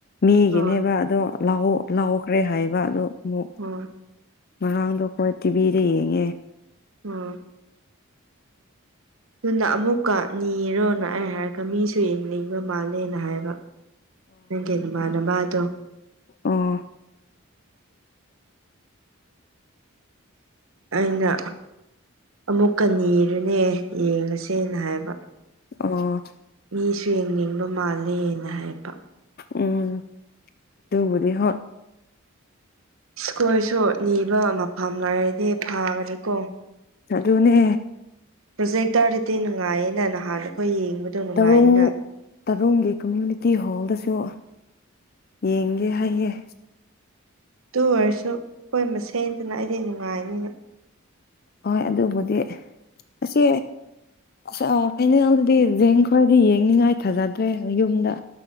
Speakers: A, on the left; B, on the right.
A: ꯃꯤꯒꯤꯅꯦꯕ
B: ꯍꯣꯏ
A: ꯑꯗꯣ ꯂꯑꯣ ꯂꯥꯎꯈ꯭ꯔꯦ ꯍꯥꯏꯕ ꯑꯗꯨ ꯑꯃꯨꯛ
B: ꯍ
A: ꯉꯥꯡꯗꯣ ꯑꯩꯈꯣꯏ ꯇꯤꯚꯤꯗ ꯌꯦꯡꯉꯦ
B: ꯎꯝ ꯑꯗꯨꯅ ꯑꯃꯨꯛꯀ ꯅꯤꯔꯣꯅ ꯑꯩ ꯍꯥꯏꯔꯒ ꯃꯤꯁꯨ ꯌꯦꯡꯅꯤꯡꯕ ꯃꯥꯜꯂꯦꯅ ꯍꯥꯏꯕ ꯅꯪꯒꯤ ꯅꯃꯥꯟꯅꯕꯗꯣ
A: ꯑ‌
B: ꯑꯩꯅ ꯑꯃꯨꯛꯀ ꯅꯤꯔꯨꯅꯦ ꯌꯦꯡꯉꯁꯦꯅ ꯍꯥꯏꯕ
A: ꯑ‌ꯣ
B: ꯃꯤꯁꯨ ꯌꯦꯡꯅꯤꯡꯕ ꯃꯥꯜꯂꯦꯅ ꯍꯥꯏꯕ
A: ꯎꯝ ꯑꯗꯨꯕꯨꯗꯤ ꯍꯣꯠ
B: ꯑꯩꯈ‌ꯣꯏꯁꯨ ꯅꯤꯕ ꯃꯐꯝ ꯂꯩꯔꯗꯤ ꯐꯥꯒꯅꯤꯀꯣ
A: ꯑꯗꯨꯅꯦ
B: ꯄ꯭ꯔꯣꯖꯦꯛꯇꯔꯗꯤ ꯅꯨꯡꯉꯥꯏꯌꯦꯅ ꯅꯍꯥꯟ ꯑꯩꯈꯣꯏ ꯌꯦꯡꯕꯗꯣ ꯅꯨꯡꯉꯥꯏꯌꯦꯅ
A: ꯇꯔꯨꯡ ꯇꯔꯨꯡꯒꯤ ꯀꯝꯃ꯭ꯌꯨꯅꯤꯇꯤ ꯍꯣꯜꯗꯁꯨ ꯌꯦꯡꯒꯦ ꯍꯥꯏꯌꯦꯦ
B: ꯇꯨ ꯑꯣꯏꯔꯁꯨ ꯑꯩꯣꯏ ꯃꯁꯦꯟꯗꯅ ꯑꯩꯗꯤ ꯅꯨꯡꯉꯥꯏꯅꯤꯅ
A: ꯍꯣꯏ ꯑꯗꯨꯕꯨꯗꯤ ꯑꯁꯤ ꯑꯁ ꯑ ꯐꯩꯅꯦꯜꯗꯨꯗꯤ ꯌꯦꯖꯦꯡ ꯈꯔꯗꯤ ꯌꯦꯡꯅꯤꯉꯥꯏ ꯊꯥꯖꯗ꯭ꯔꯦ ꯌꯨꯝꯗ